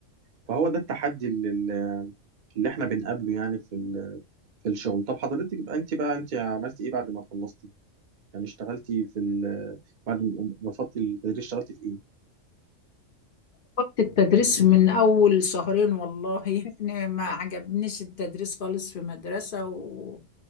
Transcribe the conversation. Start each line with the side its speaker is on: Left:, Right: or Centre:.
Right: فهو ده التحدي اللي, اللي احنا بنقابله يعني في ال في الشغل طب حضرتك يبقى انت بقى انت عملتي ايه بعد ما خلصتي يعني اشتغلتي في ال... بعد ما ما رفضتي التدريس اشتغلتي في ايه
Left: وقت التدريس من أول شهرين والله <laughs> يعني ما عجبنيش التدريس خالص في مدرسة و-